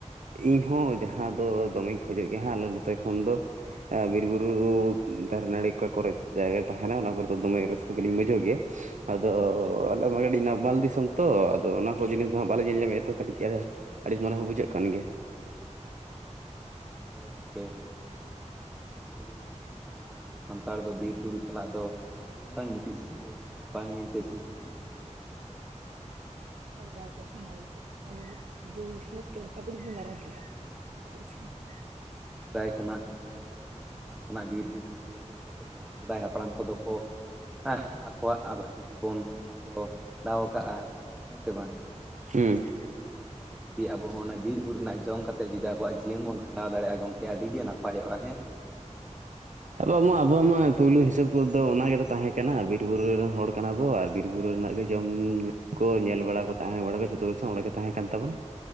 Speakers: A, on the right; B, in the centre.
A: ᱤᱧᱦᱚᱸ ᱡᱟᱦᱟᱸ ᱫᱚ ᱫᱚᱢᱮᱧ ᱠᱷᱚᱡᱚᱜ ᱜᱮᱭᱟ ᱦᱟᱸᱜ ᱟᱞᱮ ᱱᱚᱛᱮ ᱠᱷᱚᱱ ᱫᱚ ᱾ ᱮ ᱵᱤᱨᱼᱵᱩᱨᱩ ᱫᱟᱨᱮ ᱱᱟᱹᱲᱤ ᱚᱠᱟ ᱠᱚᱨᱮ ᱡᱟᱭᱜᱟ ᱛᱟᱦᱮᱱᱟ ᱚᱱᱟ ᱠᱚᱨᱮ ᱫᱚ ᱫᱚᱢᱮ ᱨᱟᱹᱥᱠᱟᱹ ᱜᱮᱞᱤᱧ ᱵᱩᱡᱷᱟᱹᱣ ᱜᱮᱭᱟ ᱾ ᱟᱫᱚ
B: ᱦᱳᱭ
A: ᱟᱞᱮ ᱢᱟ ᱠᱟᱹᱴᱤᱡ ᱱᱟᱨᱢᱟᱞ ᱫᱤᱥᱚᱢ ᱛᱚ ᱟᱫᱚ ᱚᱱᱟ ᱠᱚ ᱡᱤᱱᱤᱥ ᱫᱚ ᱦᱟᱸᱜ ᱵᱟᱞᱮ ᱧᱮᱞ ᱧᱟᱢᱮᱜᱼᱟᱛᱚ ᱠᱟᱹᱴᱤᱡ ᱪᱟᱲᱮ ᱟᱹᱲᱤᱥ ᱢᱚᱱᱮ ᱦᱚᱸ ᱵᱩᱡᱷᱟᱹᱜ ᱠᱟᱱ ᱜᱮᱭᱟ ᱾
B: ᱦᱳᱭ ᱜᱚᱝᱠᱮ ᱚᱱᱟ ᱛᱤᱞᱤᱧ ᱢᱮᱱᱟᱜᱼᱟ ᱟᱵᱚ ᱥᱟᱱᱛᱟᱲ ᱫᱚ ᱵᱤᱨ ᱵᱩᱨᱩ ᱥᱟᱞᱟᱜ ᱫᱚ ᱟᱹᱰᱤ ᱢᱟᱨᱟᱝ ᱢᱤᱫᱴᱤᱡ ᱥᱟᱹᱜᱟᱹᱭ ᱢᱮᱱᱟᱜᱼᱟ ᱵᱟᱝ ᱢᱮᱱᱛᱮ ᱥᱤᱯᱤᱵᱤᱞ ᱥᱟᱹᱜᱟᱹᱭ ᱦᱮᱥᱮ ᱵᱟᱝ!
A: <unintelligible> <unintelligible>
B: ᱦᱮᱸ ᱥᱮᱫᱟᱭ ᱠᱷᱚᱱᱟᱜ ᱢᱤᱫ ᱦᱟᱯᱲᱟᱢ ᱠᱷᱚᱱᱟᱜ ᱵᱤᱨᱵᱩᱨᱩ ᱨᱮᱱᱟᱜ ᱡᱚᱼ ᱵᱤᱞᱤ ᱠᱟᱛᱮᱫ ᱜᱮ ᱱᱟᱸᱜ ᱥᱮᱫᱟᱭ ᱦᱟᱯᱲᱟᱢ ᱠᱚᱫᱚ ᱠᱚ ᱦᱮᱸᱜ ᱟᱠᱚᱣᱟᱜ ᱟᱵ ᱡᱤᱵᱚᱱ ᱠᱚ ᱠᱷᱟᱸᱰᱟᱣ ᱠᱟᱜᱼᱟ ᱦᱮᱸ ᱥᱮ ᱵᱟᱝ!
A: ᱦᱩᱸ ᱾
B: ᱚᱱᱠᱟᱜᱮ ᱡᱩᱫᱤ ᱟᱵᱚ ᱚᱱᱟ ᱵᱤᱨ ᱵᱩᱨᱩ ᱨᱮᱱᱟᱜ ᱡᱚᱢ ᱠᱟᱛᱮᱫ ᱡᱩᱫᱤ ᱟᱵᱚᱣᱟᱜ ᱡᱤᱭᱚᱱ ᱵᱚᱱ ᱠᱷᱟᱸᱰᱟᱣ ᱫᱟᱲᱮᱭᱟᱜᱼᱟ ᱜᱚᱝ ᱠᱮ ᱟᱹᱰᱤ ᱜᱮ ᱱᱟᱯᱟᱭᱚᱜᱼᱟ ᱦᱮᱸ ᱥᱮ ᱵᱟᱝ?
A: ᱟᱵᱚ ᱢᱟ ᱟᱵᱚᱣᱟᱜ ᱢᱟ ᱯᱩᱭᱞᱩ ᱦᱤᱥᱟᱹᱵ ᱠᱚᱫᱚ ᱚᱱᱟᱜᱮᱫᱚ ᱛᱟᱦᱮᱸ ᱠᱟᱱᱟ, ᱵᱤᱨ ᱵᱩᱨᱩ ᱨᱮᱱ ᱦᱚᱲ ᱠᱟᱱᱟ ᱵᱚ ᱟᱨ ᱵᱤᱨ ᱵᱩᱨᱩ ᱨᱮᱱᱟᱜ ᱜᱮ
B: ᱦᱳᱭ
A: ᱡᱚᱢ ᱧᱩ ᱠᱚ ᱧᱮᱞ ᱵᱟᱲᱟ ᱠᱚ ᱛᱟᱦᱮᱸ ᱵᱟᱲᱟ ᱠᱚ ᱡᱷᱚᱛᱚ ᱜᱮᱥᱮ ᱚᱸᱲᱮ ᱜᱮ ᱛᱟᱦᱮᱸ ᱠᱟᱱ ᱛᱟᱵᱚᱱᱟ ᱾